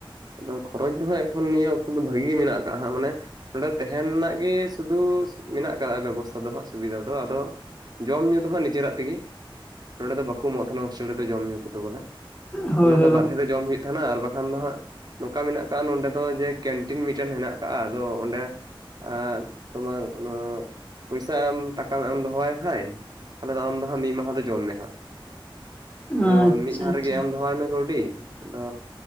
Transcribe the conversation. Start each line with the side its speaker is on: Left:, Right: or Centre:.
Right: ᱟᱫᱚ ᱠᱷᱚᱨᱚᱪ ᱫᱚ ᱦᱟᱸᱜ ᱮᱠᱷᱚᱱ ᱱᱤᱭᱟᱹ ᱚᱠᱛᱚ ᱫᱚ ᱵᱷᱟᱹᱜᱤ ᱜᱮ ᱢᱮᱱᱟᱜ ᱠᱟᱜᱼᱟ ᱦᱟᱸᱜ ᱢᱟᱱᱮ᱾ ᱱᱚᱸᱰᱮ ᱛᱮᱦᱮᱱ ᱨᱮᱱᱟᱜ ᱜᱮ ᱥᱩᱫᱩ ᱢᱮᱱᱟᱜ ᱟᱠᱟᱫᱼᱟ ᱵᱮᱵᱚᱥᱛᱷᱟ ᱫᱚ ᱦᱟᱸᱜ ᱥᱩᱵᱤᱫᱷᱟ ᱫᱚ ᱟᱫᱚ ᱡᱚᱢ ᱧᱩ ᱫᱚ ᱦᱟᱸᱜ ᱱᱤᱡᱟᱹᱨᱟᱜ ᱛᱮᱜᱮ, ᱱᱚᱸᱰᱮ ᱫᱚ ᱵᱟᱹᱠᱩ ᱮᱢᱚᱜ ᱛᱟᱦᱮᱱᱟ ᱦᱳᱥᱴᱮᱞ ᱨᱮᱫᱚ ᱡᱚᱢ ᱧᱩ ᱠᱚᱫᱚ ᱵᱚᱞᱮ᱾
Left: ᱦᱳᱭ
Right: ᱚᱱᱟ
Left: ᱦᱳᱭ
Right: ᱫᱚ ᱵᱟᱨᱦᱮ
Left: ᱵᱟᱯ
Right: ᱨᱮ ᱡᱚᱢ ᱦᱩᱭᱩᱜ ᱛᱟᱦᱮᱱᱟ ᱟᱨ ᱵᱟᱠᱷᱟᱱ ᱫᱚ ᱦᱟᱸᱜ ᱱᱚᱝᱠᱟ ᱢᱮᱱᱟᱜ ᱠᱟᱜᱼᱟ ᱱᱚᱰᱮ ᱫᱚ ᱡᱮ ᱠᱮᱱᱴᱤᱱ ᱢᱤᱫᱴᱮᱱ ᱦᱮᱱᱟᱜ ᱠᱟᱜᱼᱟ ᱟᱫᱚ ᱚᱸᱰᱮ ᱟᱨ ᱛᱳᱢᱟᱨ ᱚᱱᱚ, ᱯᱚᱭᱥᱟᱢ ᱴᱟᱠᱟᱢ ᱮᱢ ᱫᱚᱦᱚᱣᱟᱭ ᱠᱷᱟᱡ᱾ ᱛᱟᱦᱞᱮ ᱟᱢ ᱫᱚ ᱦᱟᱸᱜ ᱢᱤᱜ ᱢᱟᱦᱟ ᱫᱚ ᱡᱚᱢ ᱢᱮ ᱦᱟᱸᱜ᱾ ᱟᱫᱚ
Left: ᱟᱪᱪᱷᱟ
Right: ᱢᱤᱫ ᱫᱷᱟᱣ
Left: ᱟᱪᱪᱷᱟ
Right: ᱨᱮᱜᱮ ᱮᱢ ᱫᱚᱦᱚᱣᱟᱭ ᱢᱮ ᱠᱟᱹᱣᱰᱤ᱾ ᱟᱫᱚ